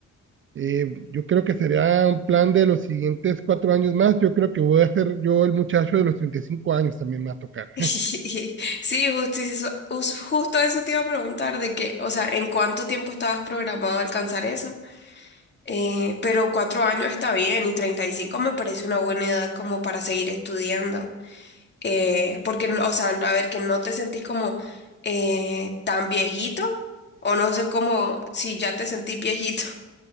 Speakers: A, on the right; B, on the left.
A: eh, yo creo que sería un plan de los siguientes cuatro años más. Yo creo que voy a ser yo el muchacho de los 35 años también me va a tocar.
B: <laughs> Sí, justo eso, us- justo eso te iba a preguntar de que, o sea, ¿en cuánto tiempo estabas programado a alcanzar eso? Eh, pero cuatro años está bien y 35 me parece una buena edad como para seguir estudiando. Eh, porque, no- o sea, a ver, que no te sentís como eh, tan viejito o no sé cómo, si ya te sentís viejito,